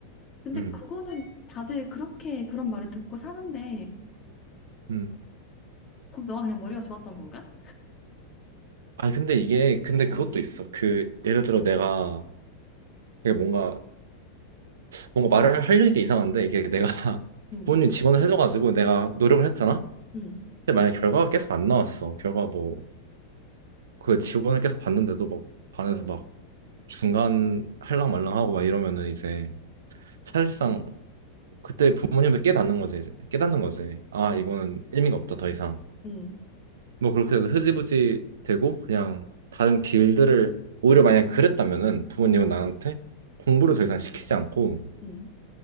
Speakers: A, on the left; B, on the right.
A: 근데
B: 음,
A: 그거는 다들 그렇게 그런 말을 듣고 사는데,
B: 음.
A: 그럼 너가 그냥 머리가 좋았던 건가?
B: 아니 근데 이게 근데 그것도
A: 음,
B: 있어. 그 예를 들어 내가 이게 뭔가 뭔가 말을 하려니까 이상한데 이게 내가 <laughs>
A: 음,
B: 부모님 지원을 해줘가지고 내가 노력을 했잖아.
A: 음,
B: 근데 만약 결과가 계속 안 나왔어. 결과 뭐 그 지원을 계속 받는데도 막 반에서
A: 어,
B: 막 중간 할랑 말랑하고 막 이러면은 이제
A: 음,
B: 사실상 그때 부모님도 깨닫는 거지 이제 깨닫는 거지. 아
A: 음,
B: 이거는 의미가 없다 더 이상.
A: 음,
B: 뭐 그렇게 해서 흐지부지 되고 그냥 다른 길들을 오히려 만약에 그랬다면은 부모님은
A: 음,
B: 나한테 공부를 더 이상 시키지 않고
A: 음,